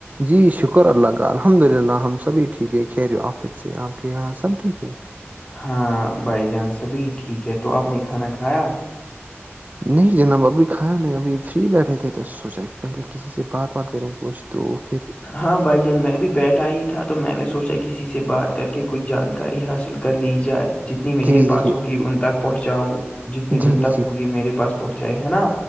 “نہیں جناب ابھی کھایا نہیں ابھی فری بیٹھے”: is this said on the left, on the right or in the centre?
Right